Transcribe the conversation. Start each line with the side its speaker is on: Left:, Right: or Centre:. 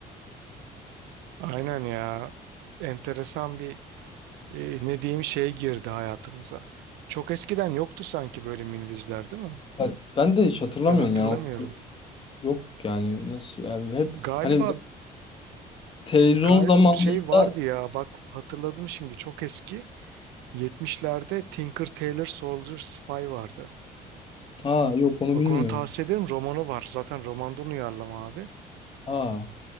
Right: Aynen ya. Enteresan bir e, ne diyeyim şey girdi hayatımıza. Çok eskiden yoktu sanki böyle mini diziler değil mi?
Left: Evet, Ben de hiç hatırlamıyorum
Right: Ben hatırlamıyorum.
Left: yani O- yok yani nasıl yani hep
Right: Galiba
Left: hani televizyon
Right: galiba
Left: zamanında
Right: bir şey vardı ya bak hatırladım şimdi çok eski. 70'lerde Tinker Tailor Soldier Spy vardı.
Left: aa yok onu
Right: Bak
Left: bilmiyorum.
Right: onu tavsiye ederim romanı var. Zaten romandan uyarlama abi.
Left: Aa